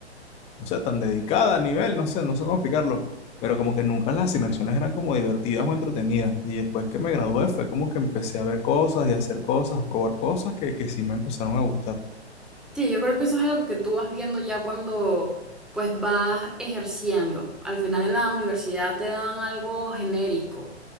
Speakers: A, on the left; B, in the centre.
A: no sé, tan dedicada a nivel, no sé, no sé cómo explicarlo, pero como que nunca las asignaciones eran como divertidas o entretenidas. Y después que me gradué fue como que empecé a ver cosas y a hacer cosas, a probar cosas que, que sí me empezaron a gustar.
B: Sí, yo creo que eso es algo que tú vas viendo ya cuando pues vas ejerciendo. Al final en la universidad te dan algo genérico